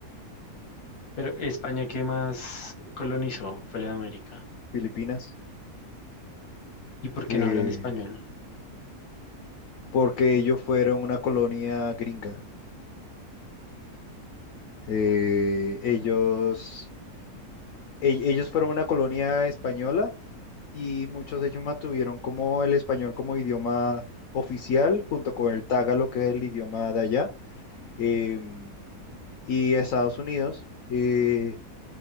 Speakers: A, on the left; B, on the left.
A: Pero España, ¿qué más colonizó fuera de América?
B: Filipinas,
A: ¿Y por
B: eh,
A: qué no hablan español?
B: porque ellos fueron una colonia gringa. Eh, ellos, e- ellos fueron una colonia española y muchos de ellos mantuvieron como el español como idioma oficial, junto con el tagalo, que es el idioma de allá. Em, y Estados Unidos, eh,